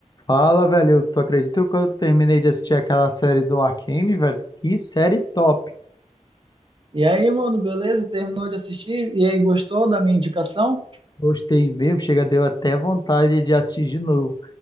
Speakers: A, on the left; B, on the right.
A: Fala, velho. Eu- Tu acredita que eu terminei de assistir aquela série do Arcane, velho? Que série top.
B: E aí, mano, beleza? Terminou de assistir? E aí, gostou da minha indicação?
A: Gostei mesmo. Chega, deu até vontade de assistir de novo.